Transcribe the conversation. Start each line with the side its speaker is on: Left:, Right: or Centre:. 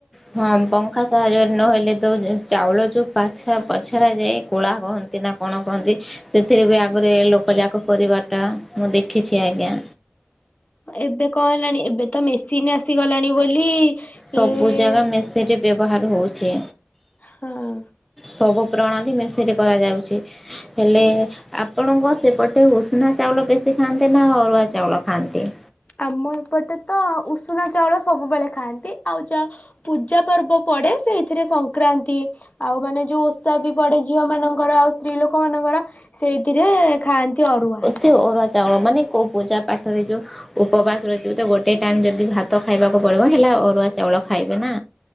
Centre: ହଁ ପଙ୍ଖା କାହାର ନହେଲେ ତ ଚାଉଳ ଚୁ ପାଛା ପଛରା ଯାଏ କୋଳା କହନ୍ତି ନା କଣ କହନ୍ତି ସେଥିରେ ବି ଆଗରେ ଲୋକ ଯାକ କରିବାଟା ମୁଁ ଦେଖିଛି ଆଜ୍ଞା।
Left: ଏବେ କଣ ହେଲାଣି ଏବେ ତ ମେସିନ ଆସିଗଲାଣି ବୋଲି ଲି
Centre: ସବୁ
Left: ଏଏଏମ୍
Centre: ଜାଗା ମେସିନ୍ ବ୍ୟବହାର ହଉଛି।
Left: ହଁ।
Centre: ସବୁ ପ୍ରଣାଳୀ ମେସିନ କରାଯାଉଛି ହେଲେ ଆପଣଙ୍କ ସେପଟେ ଉଷୁନା ଚାଉଳ ବେଶୀ ଖାଆନ୍ତି ନା ଅରୁଆ ଚାଉଳ ଖାଆନ୍ତି।
Left: ଆମ ଏପଟେ ତ ଉଷୁନା ଚାଉଳ ସବୁବେଳେ ଖାଆନ୍ତି ଆଉ ଯାହା ପୂଜା ପର୍ବ ପଡ଼େ ସେଇଥିରେ ସଂକ୍ରାନ୍ତି ଆଉ ମାନେ ଯେଉଁ ଓଷା ବି ପଡେ ଝିଅମାନଙ୍କର ଆଉ ସ୍ତ୍ରୀ ଲୋକମାନଙ୍କର ସେଇଥିରେ ଖାଆନ୍ତି ଅରୁଆ।
Centre: ସେ ଓ ଅରୁଆ ଚାଉଳ ମାନେ କଉ ପୂଜା ପାଠରେ ଯୋଉ ଉପବାସ ରହିଥିବ ତ ଗୋଟେ ଟାଇମ ଯଦି ଭାତ ଖାଇବାକୁ ପଡିବ ହେଲା ଅରୁଆ ଚାଉଳ ଖାଇବେ ନା।